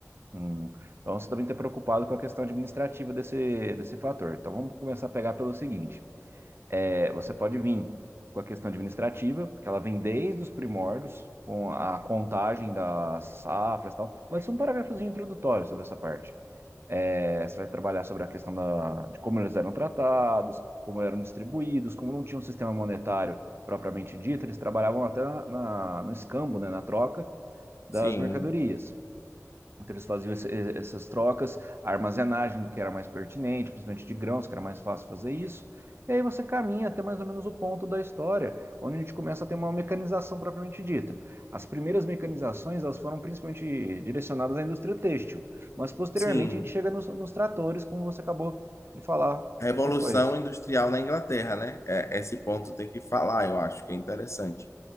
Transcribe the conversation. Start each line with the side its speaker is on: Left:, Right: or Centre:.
Right: hum. Então você também está preocupado com a questão administrativa desse, desse fator. Então vamos começar a pegar pelo seguinte: É, você pode vir com a questão administrativa, que ela vem desde os primórdios, com a contagem das safras e tal. Pode ser um parágrafozinho introdutório sobre essa parte. É, você vai trabalhar sobre a questão da, de como eles eram tratados, como eram distribuídos, como não tinha um sistema monetário propriamente dito, eles trabalhavam até na, na- no escambo, né, na troca das
Left: Sim,
Right: mercadorias. Então, eles faziam esse- essas trocas, a armazenagem do que era mais pertinente, principalmente de grãos, que era mais fácil fazer isso. E aí você caminha até mais ou menos o ponto da história, onde a gente começa a ter uma mecanização propriamente dita. As primeiras mecanizações elas foram principalmente direcionadas à indústria têxtil, mas posteriormente
Left: sim.
Right: a gente chega nos, nos tratores, como você acabou de falar
Left: Revolução
Right: depois.
Left: Industrial na Inglaterra, né? É, esse ponto tem que falar, eu acho que é interessante.